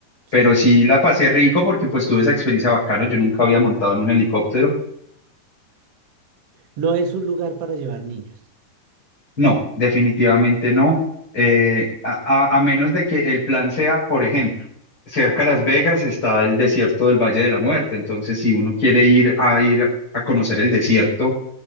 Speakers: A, on the right (about 55°); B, on the left (about 20°).
A: sí.
B: pero sí la pasé rico porque pues tuve esa experiencia bacano, yo nunca había montado en un helicóptero
A: No es un lugar para llevar niños.
B: No, definitivamente no. Eh, a, a- a menos de que el plan sea, por ejemplo, cerca a Las Vegas está el desierto del Valle de la Muerte. Entonces, si uno quiere ir a ir a conocer el desierto,